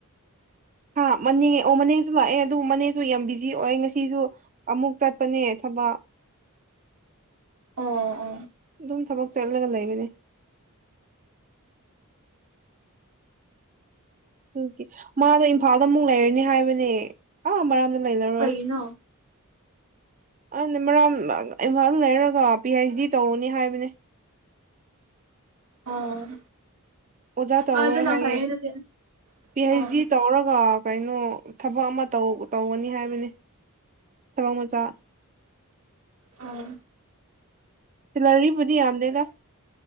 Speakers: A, on the right (about 35°); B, on the right (about 80°).
A: ꯍꯥ ꯃꯅꯦ ꯑꯣ ꯃꯅꯦꯁꯨ ꯂꯥꯛꯑꯦ ꯑꯗꯨꯕꯨ ꯃꯅꯦꯁꯨ ꯌꯥꯝ ꯕꯤꯖꯤ ꯑꯣꯏ ꯉꯁꯤꯁꯨ ꯑꯃꯨꯛ ꯆꯠꯄꯅꯦ ꯊꯕꯛ
B: ꯑꯣ ꯑꯣ
A: ꯁꯨꯝ ꯊꯕꯛ ꯆꯠꯂꯒ ꯂꯩꯕꯅꯤ ꯀ ꯃꯥꯅ ꯏꯝꯐꯥꯜꯗ ꯑꯃꯨꯛ ꯂꯩꯔꯅꯤ ꯍꯥꯏꯕꯅꯦ ꯑ ꯃꯔꯝ ꯂꯩꯔꯔꯣꯏ
B: ꯀꯩꯒꯤꯅꯣ
A: ꯑ ꯃꯔꯥꯡꯝ ꯏꯝꯐꯥꯜ ꯂꯩꯔꯒ ꯄꯤ ꯍꯩꯆ ꯗꯤ ꯇꯧꯅꯤ ꯍꯥꯏꯕꯅꯦ
B: ꯑꯣ
A: ꯑꯣꯖꯥ ꯇꯧꯔꯣꯏ
B: ꯑꯗꯨꯅ
A: ꯍꯥꯏꯌꯦꯦ
B: ꯐꯩꯌꯦ ꯑꯗꯨꯗꯤ
A: ꯄꯤ
B: ꯑꯣ
A: ꯍꯩꯆ ꯗꯤ ꯇꯧꯔꯒ ꯀꯩꯅꯣ ꯊꯕꯛ ꯑꯃꯧ ꯇꯧꯒꯅꯤ ꯍꯥꯏꯕꯅꯤ ꯊꯕꯛ ꯃꯆꯥ
B: ꯑ
A: ꯁꯦꯂꯔꯤ ꯕꯨꯗꯤ ꯌꯥꯝꯗꯦꯗ